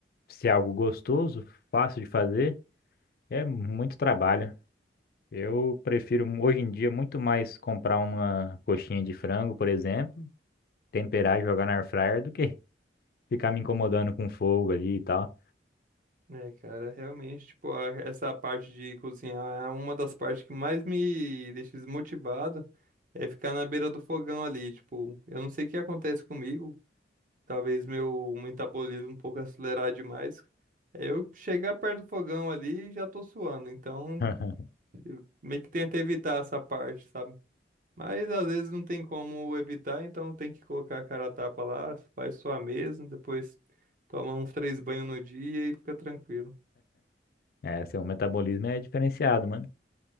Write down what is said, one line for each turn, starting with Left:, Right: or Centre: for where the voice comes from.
Left: ser algo gostoso, fácil de fazer, é muito trabalho. Eu prefiro hoje em dia muito mais comprar uma coxinha de frango, por exemplo, temperar e jogar na air fryer do que <laughs> ficar me incomodando com fogo ali e tal.
Right: É, cara, realmente, tipo, a- essa parte de cozinhar é uma das partes que mais me deixa desmotivado, é ficar na beira do fogão ali, tipo, eu não sei o que acontece comigo, talvez meu metabolismo um pouco acelerado demais, é eu chegar perto do fogão ali e já tô suando, então
Left: <laughs>
Right: eu meio que tento evitar essa parte, sabe? Mas às vezes não tem como evitar, então tem que colocar a cara a tapa lá, faz sua mesmo, depois toma uns três banhos no dia e fica tranquilo.
Left: É, seu metabolismo é diferenciado, mano.